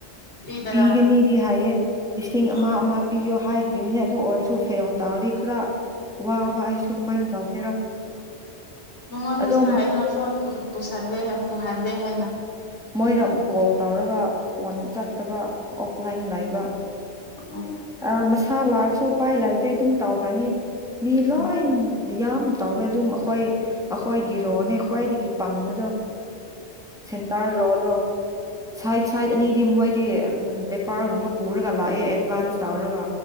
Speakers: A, on the left; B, in the centre.
A: ꯐ꯭ꯔꯤꯗꯔꯥ
B: ꯄꯤꯒꯅꯤꯗꯤ ꯍꯥꯏꯏꯌꯦ ꯂꯤꯁꯤꯡ ꯑꯃ
A: ꯑꯥ
B: ꯑꯃ ꯄꯤꯌꯣ ꯍꯥꯏ ꯏꯝꯅꯦ ꯑꯗꯨ ꯑꯣꯏꯔꯁꯨ ꯐꯦꯜ ꯇꯧꯔꯗꯤ ꯈꯔ ꯋꯥꯕ ꯑꯩꯁꯨ ꯀꯃꯥꯏꯅ ꯇꯧꯁꯤꯔꯥ
A: ꯃꯉꯣꯟꯗꯁꯨ
B: ꯑꯗꯨꯝ
A: ꯍꯥꯏꯅ ꯐꯣꯟ ꯄꯨꯁꯟꯗꯦ ꯌꯥꯝ ꯄꯨꯍꯟꯗꯦ ꯍꯥꯏꯅ
B: ꯃꯣꯏꯗ ꯃꯨꯛ ꯀꯣꯜ ꯇꯧꯔꯒ ꯐꯣꯟ ꯆꯠꯇꯕ ꯑꯣꯐꯂꯥꯏꯟ ꯂꯩꯕ
A: ꯑ
B: ꯃꯁꯥ ꯂꯥꯛꯁꯨ ꯎꯄꯥꯏ ꯂꯥꯏꯇꯦ ꯑꯗꯨꯝ ꯇꯥꯎꯈ꯭ꯔꯅꯤ ꯃꯤ ꯂꯣꯏ
A: ꯎꯝ
B: ꯌꯥꯝ ꯇꯥꯎꯋꯦ ꯑꯗꯨꯝ ꯑꯩꯈꯣꯏ ꯑꯩꯈꯣꯏꯒꯤꯔꯣꯅꯦ ꯈ꯭ꯋꯥꯏꯗꯒꯤ ꯄꯪꯕꯗꯣ ꯁꯦꯟꯇꯔ ꯔꯣꯗꯣ ꯁꯥꯏ ꯁꯥꯏꯠ ꯑꯅꯤꯗꯤ ꯃꯣꯏꯗꯤ ꯄꯦꯄꯔꯒꯨꯝꯕ ꯄꯨꯔꯒ ꯂꯥꯛꯑꯦ ꯑꯦꯗꯚꯥꯟꯁ ꯇꯧꯔꯒ